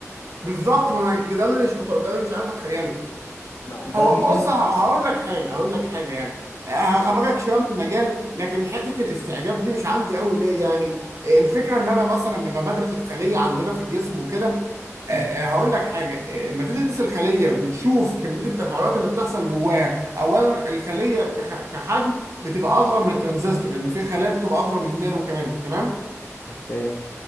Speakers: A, on the right; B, on the left.
A: بالظبط ما انا ده اللي مش متوقع ده اللي مش عارف اتخيله
B: ما ده
A: هو
B: بيتم
A: بص ه- هقول لك حاجه هقول لك حاجه يعني آه، هخبرك
B: اه اتفضل
A: شويه من المجال لكن حته الاستعجاب دي مش عندي قوي ليه يعني آه، الفكره ان انا مثلا لما بدرس الخليه عندنا في الجسم وكده آه،
B: مم.
A: آه، هقول لك حاجه آه، لما تدرس الخليه وتشوف كميه التفاعلات اللي بتحصل جواها اولا الخليه كخ- كحجم بتبقى اصغر من الترانزستور لان في خلايا بتبقى اصغر من النانو كمان تمام
B: اوكي